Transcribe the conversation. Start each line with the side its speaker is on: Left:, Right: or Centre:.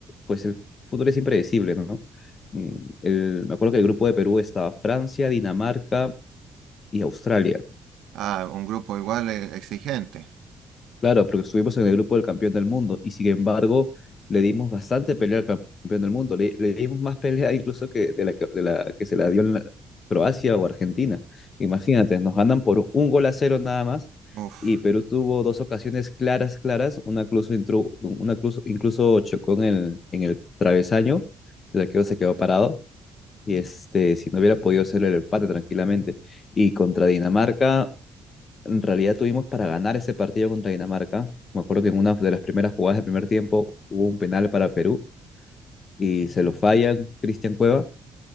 Left: pues el fútbol es impredecible, ¿no? Mm, el- me acuerdo que el grupo de Perú estaba Francia, Dinamarca y Australia.
Right: Ah, un grupo igual eh, exigente.
Left: Claro, porque estuvimos en el grupo del campeón del mundo y sin embargo le dimos bastante pelea al campeón del mundo. Le, le dimos más pelea incluso que de la, que- de la que se la dio en la- Croacia o Argentina. Imagínate, nos ganan por un gol a cero nada más
Right: Uf.
Left: y Perú tuvo dos ocasiones claras, claras. Una incluso, intru- una incluso, incluso chocó en el, en el travesaño, el arquero se quedó parado y este, si no hubiera podido hacer el empate tranquilamente. Y contra Dinamarca en realidad tuvimos para ganar ese partido contra Dinamarca. Me acuerdo que en una de las primeras jugadas del primer tiempo hubo un penal para Perú y se lo fallan Cristian Cueva